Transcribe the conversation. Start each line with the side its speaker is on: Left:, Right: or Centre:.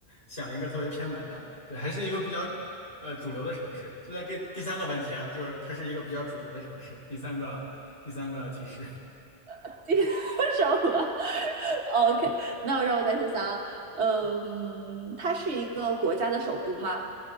Left: 想一个特别偏门的，对，还是一个比较呃主流的城市。就在给第三个问题啊，就是它是一个比较主流的城市。第三个第三个提示，
Right: <laughs> 第什么 <laughs>？OK，那让我再想想啊，嗯，它是一个国家的首都吗？